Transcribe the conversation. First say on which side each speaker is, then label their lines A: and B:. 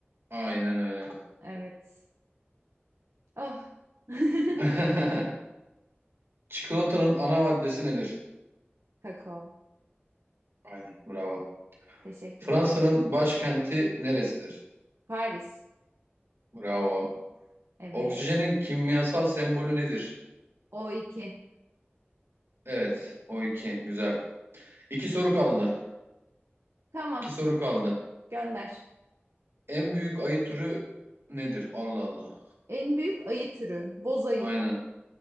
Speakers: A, on the right (about 65°); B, on the right (about 80°).
A: Aynen öyle.
B: Evet. Oh. <laughs>
A: <laughs> Çikolatanın ana maddesi nedir?
B: Kakao.
A: Aynen, bravo.
B: Teşekkürler.
A: Fransa'nın başkenti neresidir?
B: Paris.
A: Bravo.
B: Evet.
A: Oksijenin kimyasal sembolü nedir?
B: o iki.
A: Evet, o iki. Güzel. İki soru kaldı.
B: Tamam.
A: İki soru kaldı.
B: Gönder.
A: En büyük ayı türü nedir? Allah Allah.
B: En büyük ayı türü. Boz ayı.
A: Aynen.